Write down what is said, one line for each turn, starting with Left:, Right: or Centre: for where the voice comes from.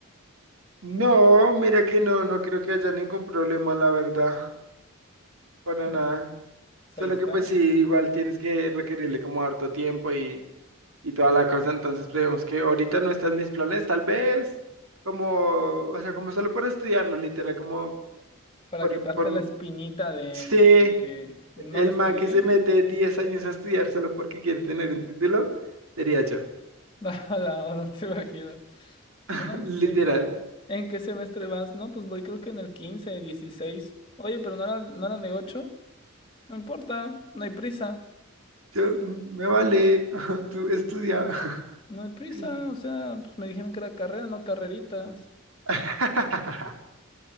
Right: No, mira que no, no creo que haya ningún problema, la verdad, para
Left: Pues
Right: nada. Solo
Left: ahí está.
Right: que pues sí, igual tienes que requerirle como harto tiempo y, y toda la cosa, entonces vemos que ahorita no están mis planes, tal vez como, o sea, como solo por estudiarlo, literal, como
Left: para
Right: por,
Left: quitarte
Right: por,
Left: la espinita de,
Right: sí,
Left: de- de que no
Right: el
Left: lo estudié.
Right: man que se mete
Left: y-
Right: 10 años a estudiar solo porque quiere tener un título, sería yo,
Left: <laughs> No, no, no te imagino.
Right: <laughs>
Left: No,
Right: literal.
Left: ¿en, en qué semestre vas? No, pues voy creo que en el 15 dieciséis Oye, pero no era, no eran de ocho No importa, no hay prisa.
Right: Yo, mm, me vale, <laughs> tú estudia.
Left: No hay prisa,
Right: <laughs>
Left: o sea, pues me dijeron que era carrera, no carreritas.
Right: <laughs>